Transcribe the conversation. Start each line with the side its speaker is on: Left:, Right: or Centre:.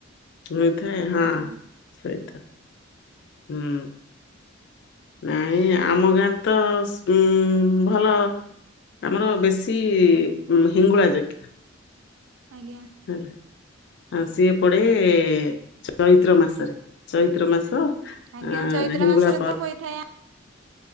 Left: ହୋଇଥାଏ ହଁ
Right: ଆଜ୍ଞା
Left: ସେଇଥା ହୁଁ ନାଇଁ ଆମ ଗାଁରେ ତ ଉଁ ଭଲ ଆମର ବେଶୀ ହିଙ୍ଗୁଳା ଜାଗ
Right: ଆଜ୍ଞା
Left: ହ ଆଁ ସିଏ ପଡେ ଚୈତ୍ର ମାସରେ ଚୈତ୍ର ମାସ
Right: ଆଜ୍ଞା
Left: ଆଁ
Right: ଚୈତ୍ର
Left: ହିଙ୍ଗୁଳା
Right: ମାସରେ
Left: ପର୍ବ
Right: ତ ହୋଇଥାଏ